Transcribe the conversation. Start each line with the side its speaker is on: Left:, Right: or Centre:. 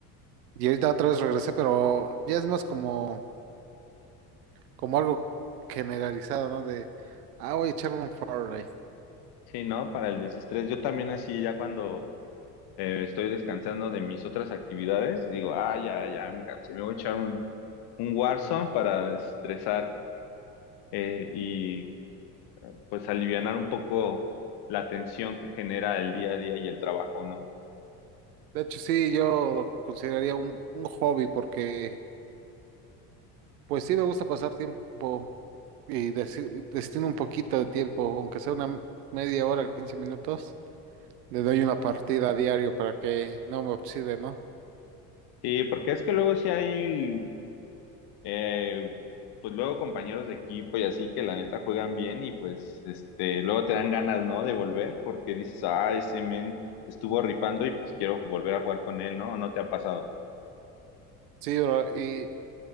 Right: y ahorita otra vez regresé, pero ya es más como como algo generalizado, ¿no? De, ah, voy a echarme un Fortnite.
Left: Sí, ¿no? Para el desestrés. Yo también así, ya cuando eh, estoy descansando de mis otras actividades, digo, ah, ya, ya, me cansé, me voy a echar un, un Warzone para desestresar eh, y pues alivianar un poco la tensión que genera el día a día y el trabajo, ¿no?
Right: De hecho, sí, yo lo consideraría un, un hobby porque, pues sí, me gusta pasar tiempo y desi- destino un poquito de tiempo, aunque sea una media hora, 15 minutos, le doy una partida a diario para que no me oxide, ¿no?
Left: Sí, porque es que luego sí hay Eh, pues luego compañeros de equipo y así que la neta juegan bien y pues este, luego te dan ganas, ¿no? De volver porque dices, ah, ese men estuvo rifando y pues quiero volver a jugar con él, ¿no? ¿No te ha pasado?
Right: Sí, bro, y